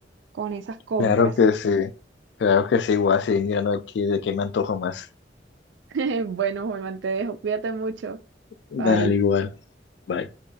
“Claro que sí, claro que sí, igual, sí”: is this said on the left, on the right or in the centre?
Left